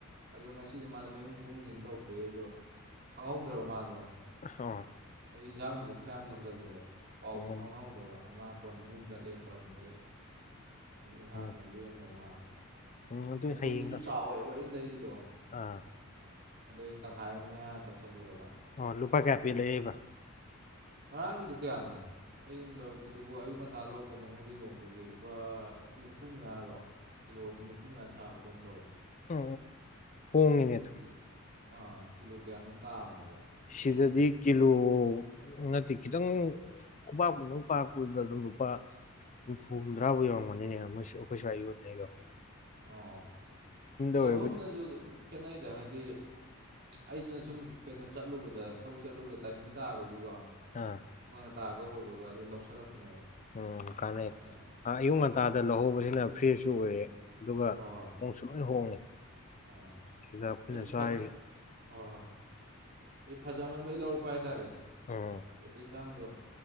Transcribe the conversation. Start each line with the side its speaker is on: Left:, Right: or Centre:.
Right: ꯑꯗꯣ ꯉꯁꯤꯗꯤ ꯃꯥ ꯃꯌꯨꯝ ꯀꯨꯝꯒꯅ ꯇꯧꯗꯦ ꯑꯩꯗꯣ ꯈꯪꯍꯧꯗ꯭ꯔꯕ ꯃꯥꯗꯣ
Left: ꯑꯣ
Right: ꯑꯗꯨ ꯏꯟꯖꯥꯡꯗꯨꯁꯨ ꯈꯔ ꯌꯥꯝ ꯊꯧꯖꯤꯜꯂꯨꯔꯦ ꯄꯥꯎꯗꯨ
Left: ꯑꯣ
Right: ꯐꯥꯎꯅꯍꯧꯗꯕ ꯃꯥ ꯑꯀꯣꯟ ꯃꯌꯨꯝ ꯆꯠꯂꯦꯅ ꯇꯧꯔꯝꯗꯩ ꯑꯃꯨ ꯏꯟꯁꯥꯡꯅ
Left: ꯎꯝ
Right: ꯂꯦꯝꯗꯧ ꯃꯥꯜꯂꯦ
Left: ꯎꯝ ꯑꯗꯨ
Right: ꯈꯣꯡꯖ꯭ꯔꯣꯝꯗꯨꯁꯨ
Left: ꯍꯌꯦꯡꯒ
Right: ꯆꯥꯎꯋꯦꯕ ꯑꯩꯅ ꯂꯩꯔꯤꯗꯣ
Left: ꯑꯥ
Right: ꯑꯗꯣ ꯑꯩꯅ ꯇꯪꯈꯥꯏ ꯃꯌꯥ ꯇꯧꯁꯜꯂꯨꯔꯕ
Left: ꯑꯣ ꯂꯨꯄꯥ ꯀꯌꯥ ꯄꯤ ꯂꯩꯕ
Right: ꯉꯔꯥꯡꯒꯤꯗꯨ ꯀꯌꯥꯅꯣ ꯑꯩꯅ ꯂꯧꯔꯛꯄꯗꯨꯕꯨ ꯑꯌꯨꯛ ꯉꯟꯇꯥ ꯂꯧꯔꯛꯄꯅꯦ ꯃꯩ ꯂꯤꯂꯣꯡꯗꯒꯤ ꯂꯨꯄꯥ ꯅꯤꯐꯨ ꯃꯌꯥꯔꯣ ꯀꯤꯂꯣꯗ ꯅꯤꯐꯨ ꯃꯌꯥ ꯁꯥꯕ ꯀꯩꯅꯝꯣ ꯇꯧꯋꯦ
Left: ꯎ
Right: ꯑꯗꯣ
Left: ꯍꯅꯦꯠꯇ
Right: ꯀꯤꯂꯣ ꯑꯥ ꯀꯤꯂꯣ ꯀꯌꯥꯅꯣꯝ ꯇꯥꯕꯅꯦꯕ ꯀꯤꯂꯣ
Left: ꯁꯤꯗꯗꯤ ꯀꯂꯨ ꯅꯠꯇꯦ ꯈꯤꯇꯪ ꯈꯨꯄꯥꯛꯥꯛꯪ ꯄꯥꯔꯛꯄꯗꯨꯗ ꯑꯗꯨꯝ ꯂꯨꯄꯥ ꯍꯨꯝꯐꯨ ꯍꯨꯝꯗ꯭ꯔꯥꯐꯥꯎ ꯌꯧꯔꯝꯒꯅꯤꯅꯦ ꯃ ꯑꯩꯈꯣꯏ ꯁꯏ ꯌꯨꯕꯅꯦ ꯑꯩꯗꯣ
Right: ꯑꯣ ꯂꯧꯐꯝꯅꯁꯨ
Left: ꯑꯣꯏꯕ
Right: ꯑꯗꯨꯝ ꯈꯦꯠꯅꯩꯗ ꯍꯥꯏꯗꯤ ꯑꯩꯗꯨꯅ ꯁꯨꯝ ꯀꯩꯅꯣ ꯆꯠꯂꯨꯕꯗ ꯊꯕꯛ ꯆꯠꯂꯨꯕꯗ ꯇꯥꯏꯃꯤꯡ ꯇꯥꯕꯒꯤꯀꯣ
Left: ꯑꯥ
Right: ꯇꯇꯥꯒ ꯑꯣꯏꯕꯒ ꯑꯗꯨ ꯂꯧꯁꯜꯂꯛꯄꯅꯦꯕ
Left: ꯎꯝ ꯀꯥꯟꯅꯩ
Right: ꯑꯗ
Left: ꯑꯌꯨꯛ
Right: ꯑꯥ
Left: ꯉꯟꯇꯥꯗ ꯂꯧꯍꯧꯕꯁꯤꯅ ꯐ꯭ꯔꯦꯁꯁꯨ ꯑꯣꯏꯔꯦ ꯑꯗꯨꯒ
Right: ꯍꯣꯏ ꯍꯣꯏ
Left: ꯅꯣꯡꯁꯨ ꯂꯣꯏ ꯍꯣꯡꯉꯦ
Right: ꯑꯥ
Left: ꯁꯤꯗ ꯑꯩꯈꯣꯏꯅꯁꯨ
Right: ꯑꯩꯁꯨ ꯐꯠ
Left: ꯍꯥꯏꯁ
Right: ꯍꯣꯏ ꯍꯣꯏ ꯑꯩ ꯐꯖꯃꯟꯕꯩ ꯂꯧꯔꯛꯄ ꯍꯥꯏꯇꯥꯔꯦ
Left: ꯎꯝ
Right: ꯆꯤꯟꯖꯥꯡꯗꯣ